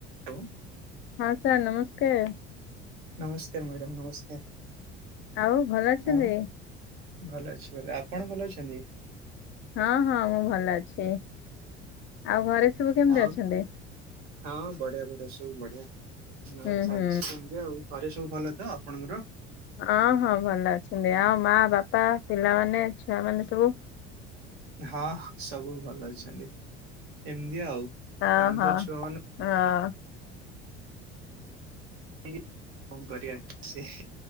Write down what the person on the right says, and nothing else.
ହଉ।
ନମସ୍କାର ମ୍ୟାଡ଼ମ୍ ନମସ୍କାର।
ଆଉ ଭଲ ଅଛି ଭଲ ଆପଣ ଭଲ ଅଛନ୍ତି?
ଆଉ
ହଁ ବଢିଆ ବଢିଆ ସବୁ ବଢିଆ।
ଚାଲିଛି
କେମିତି ଆଉ ଘରେ ସବୁ ଭଲ ତ ଆପଣଙ୍କର।
ହଁ ସବୁ ଭଲ ଅଛନ୍ତି ଏମିତି ଆଉ।
ତାଙ୍କୁ
ତ ଛୁଆ ମାନେ
<inaudible> ସେ